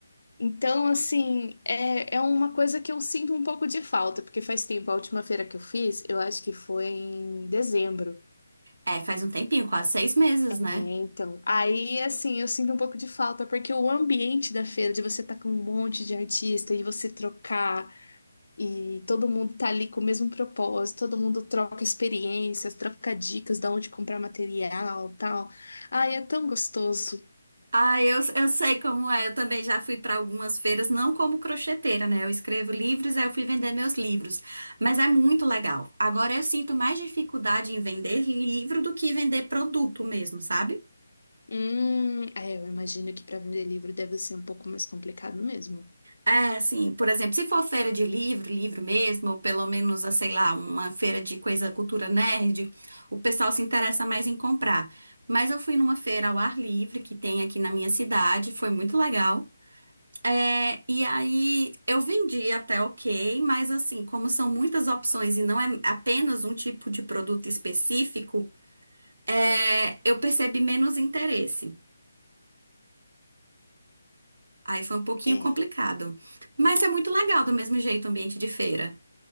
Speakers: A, on the left (about 80°); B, on the right (about 75°).
A: Então, assim, é, é uma coisa que eu sinto um pouco de falta, porque faz tempo, a última feira que eu fiz, eu acho que foi em dezembro,
B: É, faz um tempinho, quase seis meses, né?
A: né? Então, aí, assim, eu sinto um pouco de falta, porque o ambiente da feira, de você estar com um monte de artista e você trocar, e todo mundo tá ali com o mesmo propósito, todo mundo troca experiências, troca dicas de onde comprar material, tal. Ai, é tão gostoso.
B: Ah, eu, eu sei como é. Eu também já fui para algumas feiras, não como crocheteira, né? Eu escrevo livros, aí eu fui vender meus livros. Mas é muito legal. Agora eu sinto mais dificuldade em vender livro do que vender produto mesmo, sabe?
A: Hum, é, eu imagino que para vender livro deve ser um pouco mais complicado mesmo.
B: É, assim, por exemplo, se for feira de livro, livro mesmo, ou pelo menos, ah, sei lá, uma feira de coisa cultura nerd, o pessoal se interessa mais em comprar. Mas eu fui numa feira ao ar livre que tem aqui na minha cidade, foi muito legal. É, e aí eu vendi até ok, mas assim, como são muitas opções e não é apenas um tipo de produto específico, é, eu percebi menos interesse. Aí foi um pouquinho
A: É.
B: complicado. Mas é muito legal do mesmo jeito o ambiente de feira.